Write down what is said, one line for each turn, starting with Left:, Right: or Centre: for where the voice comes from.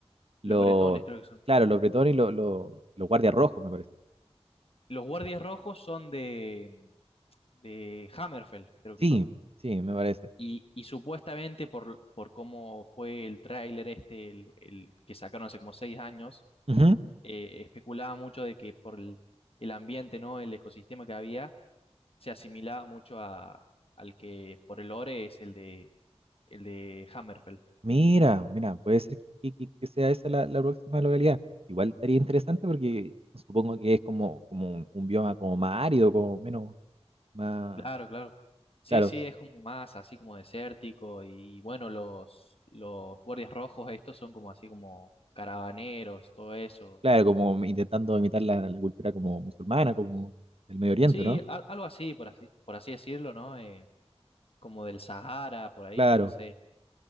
Right: lo,
Left: Los bretones, creo que son.
Right: claro, los bretones y lo- lo- los guardias rojos, me parece.
Left: Los guardias rojos son de, de Hammerfell, creo que
Right: Sí,
Left: son.
Right: sí, me parece.
Left: Y, y supuestamente por, por cómo fue el tráiler este, el, el que sacaron hace como seis años,
Right: Ujú.
Left: eh, especulaba mucho de que por el, el ambiente, ¿no? El ecosistema que había, se asimilaba mucho a, al que por el lore es el de, el de Hammerfell.
Right: Mira, mira, puede ser que, que- que sea esa la, la próxima localidad. Igual estaría interesante porque supongo que es como, como un, un bioma como más árido, como menos, más,
Left: Claro, claro. Sí,
Right: claro,
Left: sí, es como más así como desértico y bueno, los, los guardias rojos estos son como así como caravaneros, todo eso.
Right: Claro, como intentando imitar la, la cultura como musulmana, como del Medio Oriente,
Left: Sí,
Right: ¿no?
Left: al- algo así, por así, por así decirlo, ¿no? Eh, como del Sahara, por ahí,
Right: Claro,
Left: no sé,